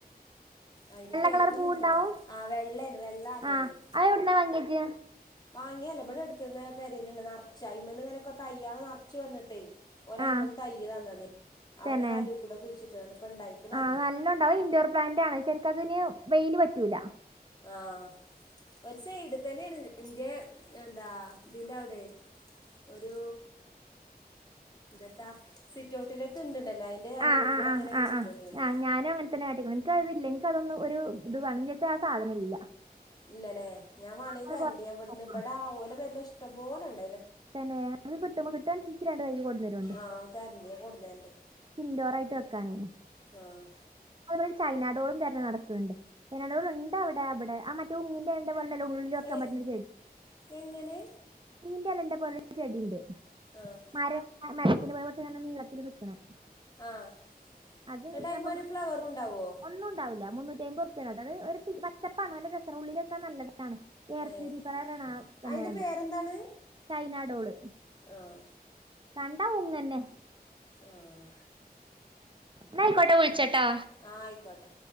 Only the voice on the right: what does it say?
കളർ പൂവുണ്ടാവും
ആ അത് എവിടുന്ന വാങ്ങിയത്
ആ
തന്നെ
ആ
നല്ല ഉണ്ടാവും ഇൻോർ പ്ലാന്റ് ആണ് ഷേർക്കതിന് വെയിൽ പറ്റൂല
ആ ആ
ആ
ആ ആ
ആ ഞാനും അങ്ങനത്തന്നെട്ടിക്കണം എനിക്ക അതില്ല എനിക്ക അതൊന്നും ഒരു ഇത്ണ് ആഹ് സാധനം ഇല്ല
അത്
കുറച്ച്
നോക്കണം.
തന്നെ അത് കിട്ടുമ്പോ കിട്ടാണ്ച്ച ഇന്കി രണ്ട് തയ്യ് കൊടുുന്നേരുണ്ടും
ഇൻഡോറ ആയിട്ട് വെക്കാനോ
അതുപ ചൈനാഡോളും തെരെഞ്ഞ് നടക്കുന്നുണ്ട് ചൈനാഡോൾ ഇണ്ടോ അവിടെ അവിടെ ആ മറ്റേ ങ്ങിന്റെ <unintelligible> ഉള്ളി വെക്കാൻ
പറ്റ്ണ <unintelligible>
നീന്റെ അലന്റെ പോലെ ചെടിണ്ട്
ആരെ മരത്തിൽ പോ പക്ഷെങ്ങന്നെ നീളത്തിൽ നിൽക്കണേ
അത്
പ്പ
ഒന്നുംണ്ടാവില്ല മുന്നൂറ്റി അയിമ്പർ അത് ഒരു പച്ചപ്പാണോല്ലെ രസാണ് ഉള്ളിലൊക്കെ നല്ലതാണ് എയർപ്യൂരിഫൈഡ്
ആണ് പിന്നെ
സൈനാഡോള്
കണ്ടാ ഒന്ന് തന്നെ
ന്നായിക്കോട്ടെ
വിളിച്ചട്ടാ